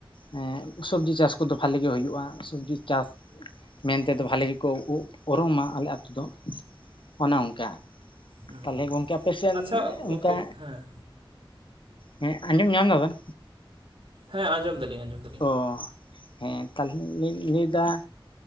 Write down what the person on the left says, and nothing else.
ᱦᱮᱸ ᱥᱚᱵᱡᱤ ᱪᱟᱥ ᱠᱚᱫᱚ ᱵᱷᱟᱞᱮᱜᱮ ᱦᱩᱭᱩᱜᱼᱟ ᱥᱚᱵᱡᱤ ᱪᱟᱥ ᱢᱮᱱᱛᱮᱫᱚ
ᱵᱷᱟᱞᱮ ᱠᱚ ᱩᱨᱩᱚᱝᱢᱟ ᱟᱞᱮ ᱟᱛᱳ ᱫᱚ ᱚᱱᱮ ᱚᱱᱠᱟ᱾
ᱛᱟᱦᱞᱮ ᱜᱚᱝᱠᱮ ᱟᱯᱮᱥᱮᱫ
ᱚᱱᱠᱟ,
ᱦᱮᱸ ᱟᱸᱡᱚᱢ ᱧᱟᱢ ᱟᱵᱮᱱ?
ᱚ ᱦᱮᱸ ᱛᱟᱦᱞᱮ ᱞᱟᱹᱭ ᱞᱮᱫᱟ